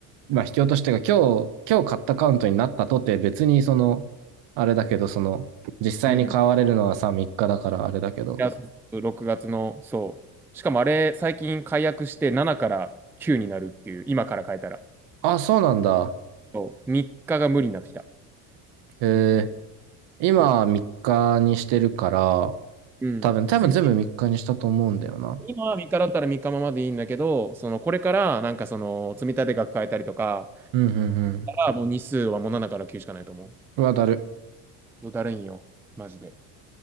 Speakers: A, on the right; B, in the centre.
A: まあ引き落としてが今日、今日買ったカウントになったとて別にその、あれだけど、その、実際に買われるのはさ、
B: うん。い
A: 3日だからあれだけど。
B: や、6月の、そう。しかもあれ、最近解約して7から9になるっていう、今から変えたら。
A: あ、そうなんだ。
B: そう。3日が無理になってきた。
A: えー、今3日にしてるから、
B: そう。うん。
A: 多分、多分全部3日にしたと思うんだよな。
B: 次、今は3日だったら3日ままでいいんだけど、その、これからなんかその、積立額変えたりとか、
A: うんうんうん。
B: あもう日数はもう7から9しかないと思う。
A: うわ、だる。
B: もうだるいんよ。マジで。